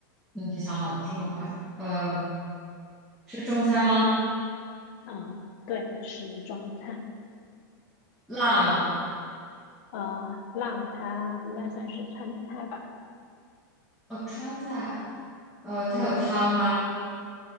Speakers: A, in the centre; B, on the left.
A: 你已经想好了，这么快，呃，是中餐吗？
B: 啊，对，是中餐。
A: 辣吗？
B: 呃，辣它应该算是川菜吧？
A: 哦，川菜啊，呃，它有汤吗？
B: 嗯，